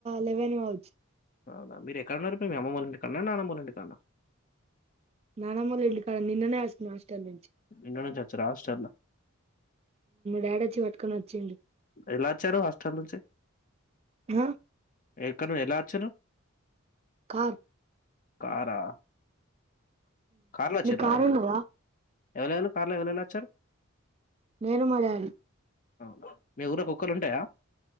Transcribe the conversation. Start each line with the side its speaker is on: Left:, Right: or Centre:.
Right: లెవెన్ గావుచ్చు
Left: అవునా మీరు ఎక్కడ ఉన్నారు మీ అమ్మ వాళ్లు ఇంటి కన్నా నానమ్మలు ఇంటి కన్నా
Right: నాన్నమ్మ వాళ్ళ ఇంటికాడ నిన్ననే వచ్చినా హాస్టల్
Left: ఇంట్లో నుంచి వచ్చారా హాస్టల్‌లా?
Right: డాడా చి పట్టుకొని వచ్చింది
Left: ఎలా వచ్చారు హస్టల్ నుంచి
Right: ఆ
Left: ఏ కను ఎలా వచ్చిర్రు
Right: కర్
Left: కారా కార్ లో వచ్చిర్రా
Right: మీకు కారు ఉన్నదా
Left: ఎవరనా కార్లో ఎవరైనా వచ్చారు
Right: నేను మా డాడీ
Left: వు మ ఊర కుక్కలు ఉంటాయా